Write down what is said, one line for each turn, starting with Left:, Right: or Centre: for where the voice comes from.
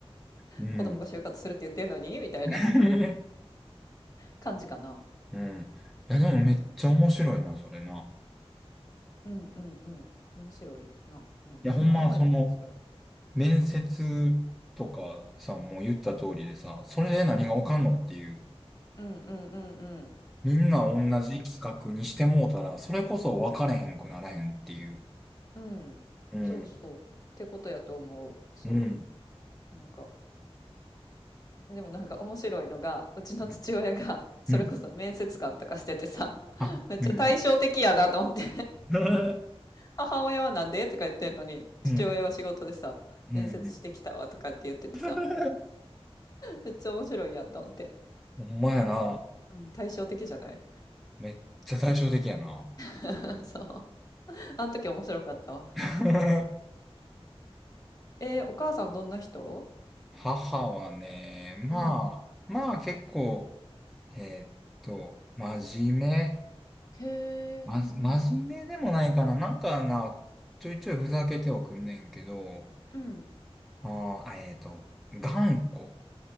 Centre: うん。
Left: 子供が就活するって言ってんのに、みたいな
Centre: <laughs>
Left: 感じかな。
Centre: うん。いや、
Left: うんうん。
Centre: でもめっちゃ面白いな、それな。
Left: うんうんうん。面白いな。うん。
Centre: いや、ほんま、
Left: 今思えば面白い。
Centre: その、面接とかさ、もう言った通りでさ、それで何がわかんのっていう、
Left: うんうん。うんうんうんうん。
Centre: みんな同じ企画にしてもうたら、
Left: そうそ
Centre: それこそ分かれへんくならへんっていう。
Left: う。うん。
Centre: うん。
Left: そうそう。ってことやと思う。そ
Centre: うん。
Left: う。なんか、でもなんか面白いのが、うちの父親が、
Centre: うん。
Left: それこそ面接官とかしててさ、
Centre: うんあ、
Left: めっちゃ対照的やなと思って。
Centre: うん。うん <laughs>
Left: 母親はなんでとか言ってんのに、父親は仕事でさ、
Centre: うん。うん。
Left: 面接してきたわとかって言っててさ、
Centre: うん。<laughs>
Left: めっちゃ面白いやんと思って。
Centre: ほんまやな。
Left: うん、対照的じゃない
Centre: めっちゃ対照的やな。
Left: <laughs> そう。あの時面白かったわ。
Centre: <laughs>
Left: えー、お母さんどんな人
Centre: 母はね、まあ、
Left: うん。
Centre: まあ結構、えーっと、真面目。
Left: へえ、
Centre: ま、
Left: うんうんうん。
Centre: 真面目でもないかな。なんかな、ちょいちょいふざけてはくんねんけど、
Left: うん。
Centre: あー、あえーっと、頑固。